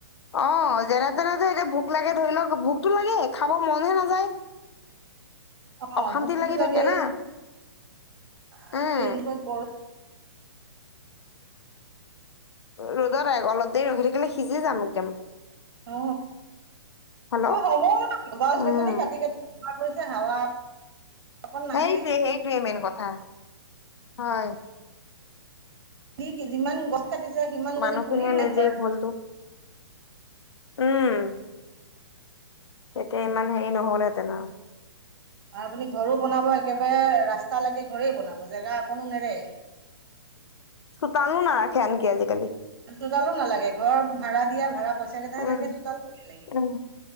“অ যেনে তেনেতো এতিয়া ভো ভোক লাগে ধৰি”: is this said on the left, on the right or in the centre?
Left